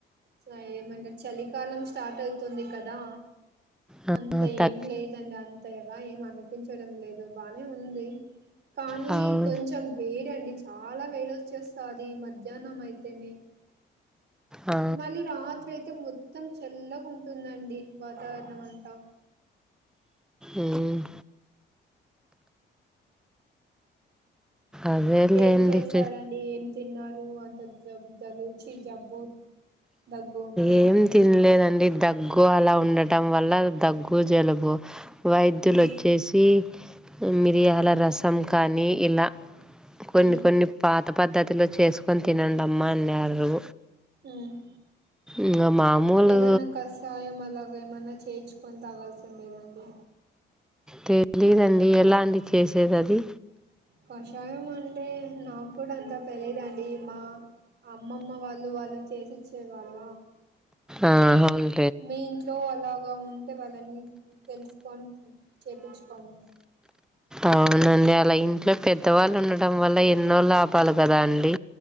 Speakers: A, on the right (about 60°); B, in the centre.
A: స ఏమన్న చలికాలం స్టార్ట్ అవుతుంది కదా
B: ఆ,
A: అంత
B: తగ్
A: ఏం లేదండి అంతె గద ఏం అనిపించడం లేదు బానే ఉంది కానీ
B: అవును
A: కొంచెం వేడండి చాలా వేడి ఒచ్చేస్త్ ది మధ్యానం అయితేనే
B: ఆ,
A: మళ్ళీ రాత్రి అయితే మొ త్తం చల్లగా ఉంటుందండి వాతావరణం అంతా
B: ఉమ్మ్ అదేలేండి
A: ఏం చేశారండీ ఏం తిన్నారు అంత జల్ చి <inaudible> జబ్బు దగ్గు ఉంటే
B: ఏం తినలేదండి దగ్గు అలా ఉండటం వల్ల దగ్గు జలుబు వైద్యులు
A: మ్
B: వచ్చేసి మిరియాల రసం కానీ ఇలా కొన్ని
A: మ్
B: కొన్ని పాత పద్ధతిలో చేసుకొని తినండమ్మా అన్నారు
A: ఉమ్మ్
B: ఇంగ మామూలు
A: ఏదన్నా కస్ యం అలాగ ఏమన్నా చేయించుకొని తాగాల్సి ఉండేదండి
B: తెలీదండి ఎలా అండి చేసేదది
A: కషాయం అంటే నాకు కూడా అంతా తెలిదండి మా అమ్మమ్మ వాళ్ళు వాళ్ళు చేసిచ్చే వాళ్ళ
B: ఆహా అవును
A: మీ ఇంట్లో అలాగా ఉంటె వాళ్ళని తెలుసుకొని చేపించుకోండి
B: అవునండి అలా ఇంట్లో పెద్దవాళ్ళు ఉండడం వల్ల ఎన్నో లాభా లు కదా అండి